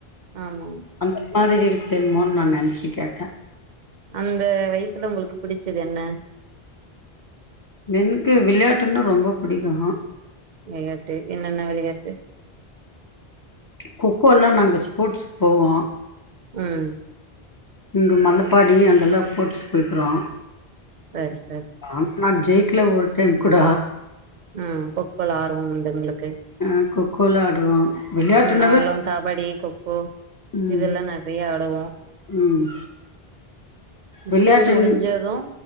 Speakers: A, on the right; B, on the left.
A: ஆமாங்க
B: அந்த மாதிரி இருக்குது எனமோன்னு நா நினைச்சு கேட்டே
A: அந்த வயசுல உங்களுக்கு புடிச்சது என
B: எனக்கு விளையாட்டுன்னா ரொம்ப பிடிக்கு மா
A: விளையாட்டு என்னென்ன விளையாட்டு
B: கொக்கோலா நாங்க ஸ்போர்ட்ஸுக்கு போவோ
A: ம்
B: இங்கே மலப்பாடி அங்கேல்லா போட்ஸ்சு போய்க்கிறோ
A: சேரி சேரி
B: ஆனா நா ஜெயிக்கல ஒரு டைம் கூட
A: ஆ கொக்கோல ஆர்வோ உண்டு உங்களுக்கு
B: ஆ கொக்கோல ஆடுவோ விளையாட்டுனாவே
A: ம் நாங்களும் கபடி கொக்கோ
B: ம்
A: இதெல்லா நெறைய ஆடுவோ
B: ம் விளையாட்டுன்
A: ஸ்கூல் முடிஞ்சது